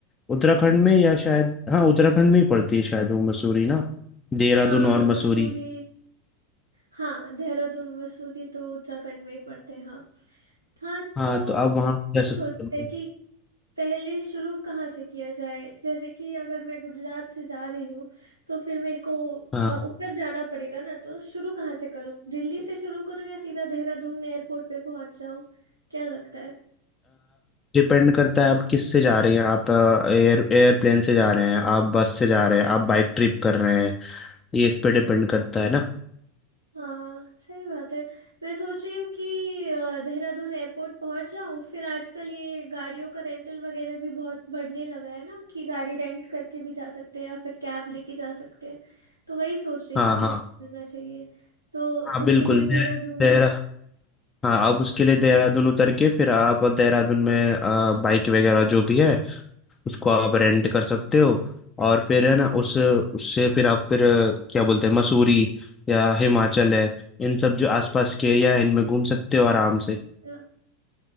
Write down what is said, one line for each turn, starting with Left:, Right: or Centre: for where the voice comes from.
Left: उत्तराखंड में या शायद हाँ उत्तराखंड में ही पड़ती है शायद वो मसूरी ना देहरादून
Right: हाँ
Left: और
Right: हाँ
Left: मसूरी
Right: मसूरी हाँ देहरादून मसूरी तो उत्तराखंड में ही पड़ते हैं हाँ हाँ
Left: हाँ
Right: तो
Left: तो आप वहाँ
Right: क्या
Left: जा सकते
Right: सोचते
Left: हो
Right: हैं कि पहले शुरू कहाँ से किया जाए जैसे कि अगर मैं गुजरात से जा रही हूँ तो फिर मेरे को अ,
Left: हाँ
Right: ऊपर जाना पड़ेगा ना तो शुरू कहाँ से करूँ दिल्ली से शुरू करूँ या सीधा देहरादून एयरपोर्ट पे पहुँच जाऊँ क्या लगता है
Left: डिपेंड करता है आप किस से जा रहे हैं आप एयर एयरप्लेन से जा रहे हैं आप बस से जा रहे हैं आप बाइक ट्रिप कर रहे हैं ये इस पे डिपेंड करता है ना
Right: हाँ सही बात है मैं सोच रही हूँ कि अ, देहरादून एयरपोर्ट पहुंच जाऊँ फिर आजकल ये गाड़ियों का रेंटल वगैरह भी बहुत बढ़ने लगा है ना कि गाड़ी रेंट करके भी जा सकते हैं या फिर कैब लेके जा सकते हैं तो वही सोच रही
Left: हाँ
Right: थी कि
Left: हाँ
Right: करना चाहिए तो
Left: हाँ
Right: उसके
Left: बिल्कुल
Right: लिए
Left: दे,
Right: देहरादून
Left: देहरा हाँ आप उसके लिए देहरादून उतर के फिर आप देहरादून में बाइक वगैरह जो भी है उसको आप रेंट कर सकते हो और फिर है ना उस उससे फिर आप फिर अ, क्या बोलते हैं मसूरी या हिमाचल है इन सब जो आसपास के एरिया है इनमें घूम सकते हो आराम से
Right: अ,